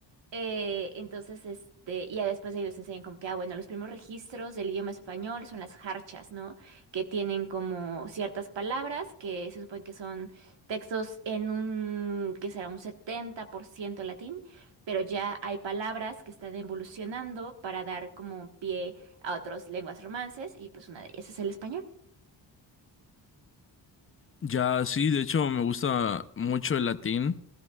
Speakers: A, on the right; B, on the left.
A: eh, entonces, este, y ya después de ellos enseñan como que, ah, bueno, los primeros registros del idioma español son las jarchas, ¿no? Que tienen como ciertas palabras que se supone que son textos en un, que será un 70% latín, pero ya hay palabras que están evolucionando para dar como pie a otras lenguas romances y pues una de ellas es el español.
B: Ya, sí, de hecho, me gusta mucho el latín.